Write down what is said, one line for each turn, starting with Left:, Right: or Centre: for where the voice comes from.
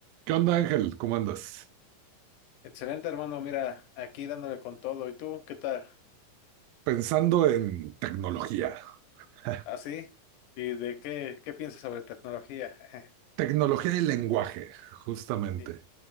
Right: ¿Qué onda, Ángel? ¿Cómo andas?
Left: Excelente, hermano. Mira, aquí dándole con todo. ¿Y tú qué tal?
Right: Pensando en tecnología, <laughs>
Left: ¿Así? ¿Y de qué, qué piensas sobre tecnología? <laughs>
Right: tecnología y lenguaje, justamente.
Left: Sí.